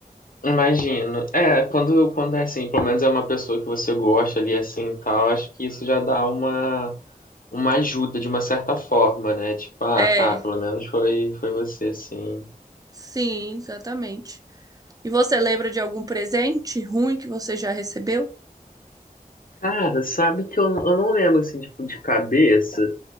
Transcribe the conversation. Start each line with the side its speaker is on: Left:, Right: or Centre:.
Left: imagino. É, quando, quando é assim, pelo menos é uma pessoa que você gosta ali assim e tal, acho que isso já dá uma. Uma ajuda de uma certa forma, né? Tipo, ah,
Right: É,
Left: tá, pelo menos foi, foi você, assim.
Right: sim, exatamente. E você lembra de algum presente ruim que você já recebeu?
Left: Cara, sabe que eu, eu não lembro, assim, tipo, de cabeça,